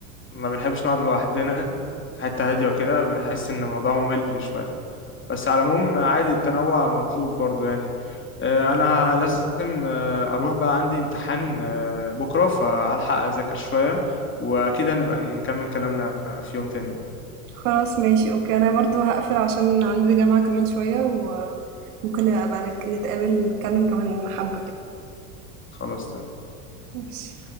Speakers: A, on the left (about 25°); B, on the right (about 75°).
A: ما بنحبش نقعد لوحدنا في حتة هادية وكده بنحس إن الموضوع ممل شوية بس على العموم عادي التنوع مطلوب برضو يعني آه، أنا لازم آه، أروح بقى عندي امتحان آه، بكرة فهلحق أذاكر شوية وأكيد هنبقى نكمل كلامنا في يوم تاني يعني.
B: خلاص ماشي أوكي أنا برضو هقفل عشان عندي جامعة كمان شوية وممكن أبقى نك- نتقابل نتكلم كمان حبة كده
A: خلاص تمام
B: ماشي